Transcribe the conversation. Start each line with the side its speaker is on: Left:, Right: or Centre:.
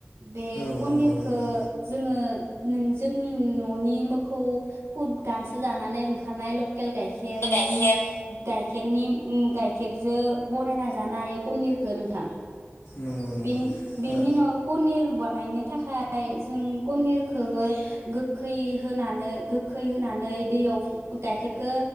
Right: बे
Left: औ
Right: कनिरखौ
Left: नंगौ नंगौ
Right: जोङो नों जोंनि न'नि मोखौ खुद गांसो जानानै ओंखारनायल' लकेल गाइखेरनि
Left: गाइखेर
Right: गाइखेरनि ओम गाइखेरजों बनायना जानो हायो कनिरखौ नोंथां।
Left: नंगौ नंगौ
Right: बे बेनि
Left: ओ
Right: नो कनिर बानायनो थाखाय जों कनिरखौबो गोखै होनानै गोखै होनानै दैयाव गाइखेरखौ